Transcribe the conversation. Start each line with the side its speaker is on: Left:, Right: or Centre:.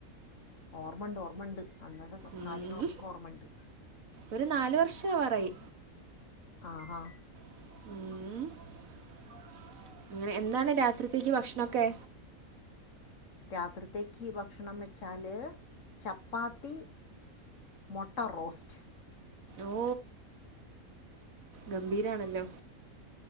Left: ഓർമ്മണ്ട് ഓർമ്മണ്ട് അന്നത്തെ
Right: ഉം.
Left: കാര്യങ്ങളൊക്കെ ഓർമ്മണ്ട്
Right: ഒരു നാല് വർഷമാവാറായി
Left: ആഹാ
Right: മ് ഇങ്ങനെ എന്താണ് രാത്രിത്തേക്ക് ഭക്ഷണൊക്കെ
Left: രാത്രിത്തേക്ക് ഭക്ഷണം വെച്ചാല് ചപ്പാത്തി മൊട്ട റോസ്റ്റ്
Right: ഓ ഗംഭീരാണല്ലോ